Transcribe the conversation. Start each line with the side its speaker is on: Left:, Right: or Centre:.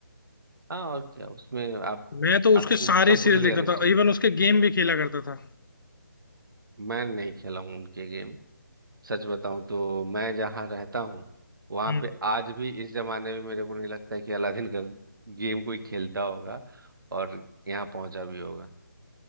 Right: हाँ और क्या उसमें आप
Left: मैं तो उसके
Right: आपको
Left: सारे
Right: सब
Left: सीरियल
Right: कुछ रियलिस्टिक
Left: देखता था इवन
Right: लगेगा
Left: उसके गेम भी खेला करता था
Right: मैं नहीं खेला हूँ उनके गेम सच बताऊं तो मैं जहाँ रहता हूँ वहां
Left: हम्म,
Right: पे आज भी इस जमाने में मेरे को नहीं लगता है कि अलादीन का गेम कोई खेलता होगा और यहाँ पहुंचा भी होगा